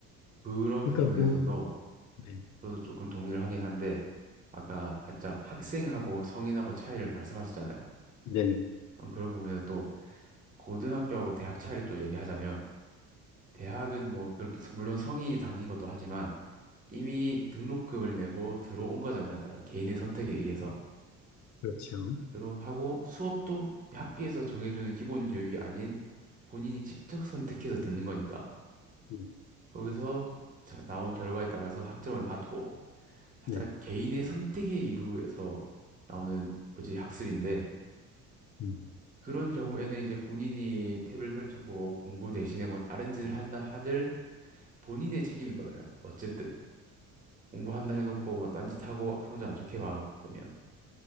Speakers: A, on the right (about 20°); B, on the left (about 45°).
A: 그런
B: 그러니까
A: 부분에서도
B: 뭐, 네,
A: 저도 조금 동의를 하긴 한데 아까 살짝 학생하고 성인하고 차이를 말씀하셨잖아요.
B: 네, 네,
A: 음, 그런 부분에서 또 고등학교하고 대학 차이를 또 얘기하자면, 대학은 뭐 그렇게, 서- 물론 성인이 다니는 것도 하지만, 이미 등록금을 내고 들어온 거잖아요. 따라 개인의 선택에 의해서.
B: 그렇죠.
A: 들어하고 수업도 학교에서 정해주는 기본 교육이 아닌 본인이 직접 선택해서 듣는 거니까.
B: 네,
A: 거기서 자- 나온 결과에 따라서 학점을 받고, 살짝
B: 네.
A: 개인의 선택의 이루에서 나오는 뭐지 학습인데
B: 음.
A: 그런 경우에는 이제 본인이 탭을 펼쳤고 공부 대신에 뭐 다른 짓을 한다 하들 본인의 책임인 거잖아요. 어쨌든 공부한다 해놓고 뭐 딴짓하고 성적 안 좋게 받- 받으면.